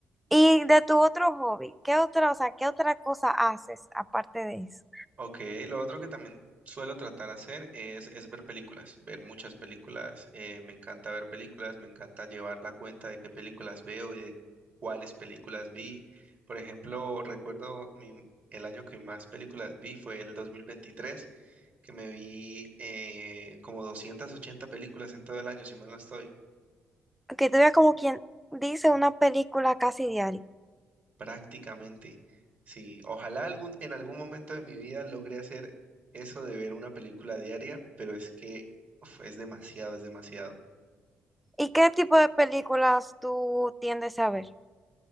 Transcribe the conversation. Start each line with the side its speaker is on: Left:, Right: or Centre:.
Centre: Y de tu otro hobby, ¿qué otra, o sea, qué otra cosa haces aparte de eso?
Right: Ok, lo otro que también suelo tratar de hacer es, es ver películas, ver muchas películas. eh, me encanta ver películas, me encanta llevar la cuenta de qué películas veo y de cuáles películas vi. Por ejemplo, recuerdo mi- el año que más películas vi fue el 2023, que me vi eh, como 280 películas en todo el año, si mal no estoy.
Centre: Que tú veas como quien dice una película casi diaria.
Right: Prácticamente, sí. Ojalá algún, en algún momento de mi vida logre hacer eso de ver una película diaria, pero es que uf, es demasiado, es demasiado.
Centre: ¿Y qué tipo de películas tú tiendes a ver?